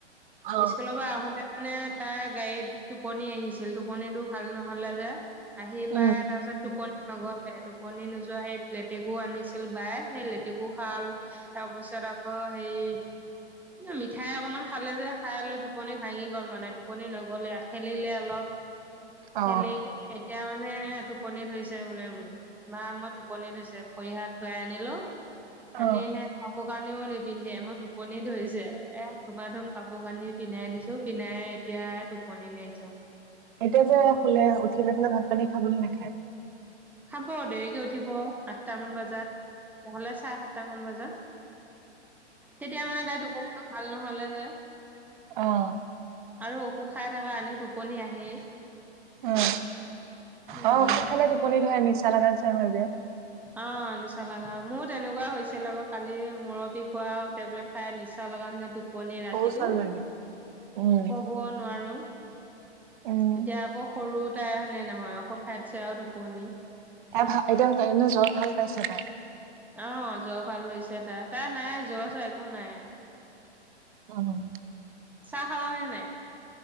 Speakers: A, on the right; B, in the centre.
A: অ
B: স্কুল' পা আহোঁতে নে তাই গাড়ীত টোপনি আহিছিল টোপনিটো ভাল নহ'লে যে আহি পাই
A: উম
B: তাছত টোপনি নগ'লে টোপনি নোযোৱা হেইত লেতেকু আনিছিল বায়ে সেই লেতেকু খাল তাপিছত আকৌ হেই এ, মিঠাই অকমান খালে যে খাই লৈ টোপনি ভাঙি গ'ল মানে টোপনি নগ'লে আস খেলিলে অলপ।
A: অ
B: খেলি কৰি এতিয়া মানে টোপনি ধৰিছে বোলে মোৰ। মা ম টোপনি ধয়িছে ভয়ি হাত ধুৱাই আনিলোঁ
A: অ
B: আনিহে কাপো কানিও নিপিন্ধে মই টোপনি ধয়িছে এ, ধুমা ধুম কাপো কানি পিন্ধাই দিছোঁ পিন্ধাই এতিয়া টোপনি <unintelligible>
A: এতিয়া যে শুলে উঠিলৈ পেলাই ভাত পানী খাব নে নাখায়?
B: খাব। দেৰিকে উঠিব আঠটা মান বাজ যাত নহ'লে চাএ সাতটা মান বজাত তেতিয়া মানে তাই টোপনিতো ভাল নহ'লে যে
A: অ'।
B: আৰু ঔষধ খাই থাকা এনেও টোপনি আহেই।
A: উম,
B: উম।
A: অ', ঔষধ খালে টোপনি ধৰে নিছা লাগা নিচিনা হৈ যায়।
B: অ', নিচা লাগা মোৰো তেনেকুৱা হৈছিল আকৌ কালি মূুৰ বিষ হোৱা টেবলেট খাই নিচা লাগা নিচিনা টোপনি ৰাতিটো
A: সৰু ছোৱালীজনী উম
B: ক'বও নোৱাৰো।
A: উম
B: এতিয়া আকৌ সৰু তাই হয় নে নহয় ঔষধ খাই দিছে আৰু টোপনি।
A: তাই ভা এতিয়া তাই এনে জ্বৰ ভাল পাইছে তাই?
B: অ', জ্বৰ ভাল হৈছে তাৰ। তাৰ নাই জ্বৰ চৰ একো নাই।
A: উম।
B: চাহ খালা নে নাই?